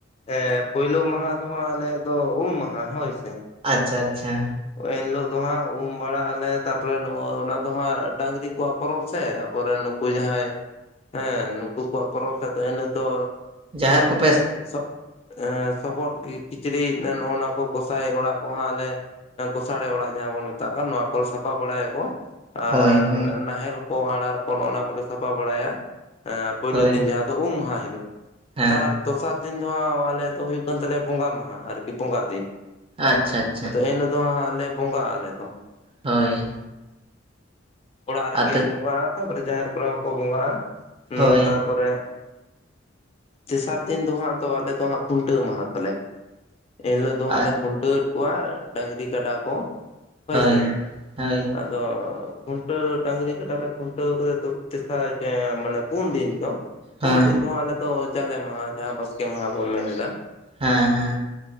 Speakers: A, on the left; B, on the right.
A: ᱦᱮᱸ ᱯᱳᱭᱞᱳ ᱢᱟᱦᱟᱸ ᱫᱚ ᱦᱟᱸᱜ ᱟᱞᱮᱭᱟᱜ ᱫᱚ ᱩᱢ ᱢᱟᱦᱟ ᱦᱚᱭ ᱥᱮ
B: ᱟᱪᱪᱷᱟ ᱟᱪᱪᱷᱟ
A: ᱦᱚᱭ ᱮᱱ ᱦᱤᱞᱳᱜ ᱫᱚ ᱦᱟᱸᱜ ᱩᱢ ᱵᱟᱲᱟᱜ ᱟᱞᱮ ᱛᱟᱯᱚᱨᱮ ᱱᱚᱜ ᱚᱱᱟ ᱫᱚ ᱦᱟᱸᱜ ᱰᱟᱝᱨᱤ ᱠᱚᱣᱟᱜ ᱯᱚᱨᱚᱵᱽ ᱥᱮ ᱟᱵᱚ ᱨᱮᱱ ᱩᱱᱠᱩ ᱡᱟᱦᱟᱸᱭ ᱦᱮᱸ ᱱᱩᱠᱩ ᱠᱚᱣᱟᱜ ᱯᱚᱨᱚᱵᱽ <unintelligible> ᱛᱟᱦᱮᱱᱟ ᱛᱚ
B: ᱡᱟᱦᱮᱨ ᱠᱚᱯᱮ
A: <unintelligible> ᱥᱚᱵᱚᱫ ᱠᱤᱪᱨᱤᱡ ᱱᱚᱜᱼᱱᱟ ᱠᱚ ᱜᱚᱸᱥᱟᱭ ᱚᱲᱟᱜ ᱠᱚ ᱦᱟᱸᱜ ᱞᱮ ᱜᱚᱥᱟᱲᱮ ᱚᱲᱟᱜ ᱡᱟᱦᱟᱸ ᱵᱚᱱ ᱢᱮᱛᱟᱜ ᱱᱚᱣᱟ ᱠᱚ ᱥᱟᱯᱷᱟ ᱵᱟᱲᱟᱭᱟᱠᱚ ᱟᱨ
B: ᱦᱳᱭ ᱦᱳᱭ
A: ᱱᱟᱦᱮᱞ ᱟᱨᱟᱬ ᱠᱚ ᱱᱚᱜ-ᱱᱟ ᱠᱚᱞᱮ ᱥᱟᱯᱷᱟ ᱵᱟᱲᱟᱭᱟ ᱯᱩᱭᱞᱳ
B: ᱦᱳᱭ
A: ᱫᱤᱱ ᱡᱟᱦᱟᱸ ᱫᱚ ᱩᱢ ᱢᱟᱦᱟ ᱦᱤᱞᱳᱜ
B: ᱦᱮᱸ
A: ᱛᱟᱨ ᱫᱚᱥᱟᱨ ᱫᱤᱱ ᱫᱚ ᱦᱟᱸᱜ ᱟᱞᱮ ᱫᱚ ᱦᱩᱭᱩᱜ ᱠᱟᱱ ᱛᱟᱞᱮᱭᱟ ᱵᱚᱸᱜᱟ ᱢᱟᱦᱟ ᱟᱨᱠᱤ ᱵᱚᱸᱜᱟ ᱫᱤᱱ
B: ᱟᱪᱪᱷᱟ ᱟᱪᱪᱷᱟ
A: ᱮᱱ ᱦᱤᱞᱳᱜ ᱫᱚᱞᱮ ᱦᱟᱸᱜ ᱵᱚᱸᱜᱟᱜ ᱟᱞᱮ ᱫᱚ
B: ᱦᱳᱭ
A: ᱚᱲᱟᱜ ᱨᱮ
B: ᱟᱫᱚ
A: ᱜᱮᱨ ᱵᱚᱸᱜᱟᱜ ᱛᱟᱯᱚᱨᱮ ᱡᱟᱦᱮᱨ ᱠᱚᱨᱮ ᱦᱚᱸᱠᱚ ᱵᱚᱸᱜᱟᱜ-ᱟ ᱦᱮᱸ
B: ᱦᱳᱭ
A: ᱛᱟᱯᱚᱨᱮ ᱛᱮᱥᱟᱨ ᱫᱤᱱ ᱫᱚ ᱦᱟᱸᱜ ᱟᱞᱮ ᱫᱚ ᱦᱟᱸᱜ ᱠᱷᱩᱱᱴᱟᱹᱣ ᱢᱟᱦᱟ ᱛᱟᱞᱮ ᱮᱱ ᱦᱤᱞᱳᱜ ᱫᱚ ᱦᱟᱸᱜ
B: ᱟᱡ
A: ᱞᱮ ᱠᱷᱩᱱᱴᱟᱹᱣᱮᱫ ᱠᱚᱣᱟ ᱰᱟᱹᱝᱨᱤ ᱠᱟᱰᱟ ᱠᱚ ᱦᱚᱭ
B: ᱦᱳᱭ
A: ᱥᱮ
B: ᱦᱳᱭ
A: ᱟᱨᱼᱼ ᱟᱫᱚ ᱠᱷᱩᱱᱴᱟᱹᱣ ᱰᱟᱹᱝᱨᱤ ᱠᱟᱴᱟ ᱨᱮ ᱠᱷᱩᱱᱴᱟᱹᱣ ᱠᱚᱨᱮ ᱛᱮᱥᱟᱨ ᱢᱟᱱᱮ ᱯᱩᱱ ᱫᱤᱱ ᱫᱚ ᱯᱩᱱ
B: ᱦᱮᱸ
A: ᱫᱤᱱ ᱫᱚᱦᱟᱸᱜ ᱟᱞᱮ ᱫᱚ ᱡᱟᱞᱮ ᱢᱟᱦᱟᱸ ᱡᱟᱦᱟᱸ ᱵᱟᱥᱠᱮ ᱢᱟᱦᱟᱸ ᱵᱚᱱ ᱢᱮᱱ ᱮᱫᱟ
B: ᱦᱮᱸ ᱦᱮᱸ